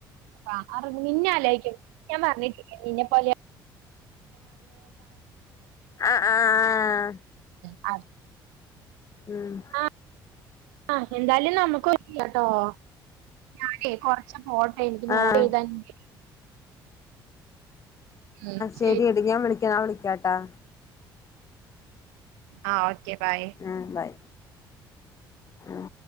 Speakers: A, on the right; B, on the left.
A: അപ്പ, ആറു.. പിന്നെ ആലോചിക്കും ഞാൻ പറഞ്ഞിട്ടില്ലേ നിന്നെ പോലെയാ
B: ആഹ് ആഹ്
A: <unintelligible>
B: ഉം
A: ആഹ്, ആ എന്തായാലും നമുക്കുമുണ്ടല്ലോ ഓ ഞാനേ കൊറച്ചുപോട്ടെ എനിക്കുനോട്ടെഴുതാനുണ്ട്
B: ആഹ്
A: ആഹ് ശരി
B: ശരിയെടീ ഞാൻവിളിക്കാം നാളെ വിളിക്കാട്ടോ
A: ആഹ് ഓക്കെ ബായ്
B: ആ ബൈ ആ